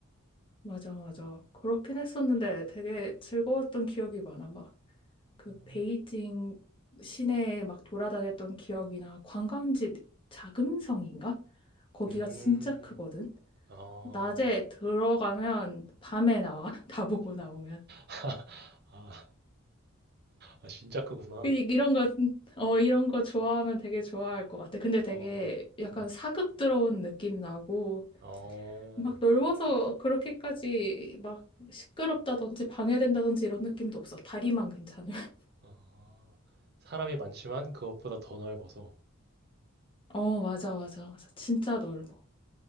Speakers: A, on the left (about 25°); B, on the right (about 50°).
A: 맞아, 맞아. 그렇긴 했었는데 되게 즐거웠던 기억이 많아. 막 그
B: 음,
A: 베이징 시내에 막 돌아다녔던 기억이나 관광지 자금성인가? 거기가
B: 음,
A: 진짜 크거든.
B: 어,
A: 낮에 들어가면 밤에 나와. <laughs> 다 보고 나오면.
B: <laughs> 아, 아, 진짜 크구나.
A: 이- 이런 거, 어, 이런 거 좋아하면 되게 좋아할 것 같아. 근데
B: 어,
A: 되게 약간
B: 음,
A: 사극 들어온 느낌 나고,
B: 어.
A: 막 넓어서 그렇게까지 막 시끄럽다든지 방해된다든지 이런 느낌도 없어. 다리만 괜찮아. <laughs>
B: 아, 사람이 많지만 그것보다 더 넓어서.
A: 어, 맞아, 맞아, 맞아. 진짜 넓어.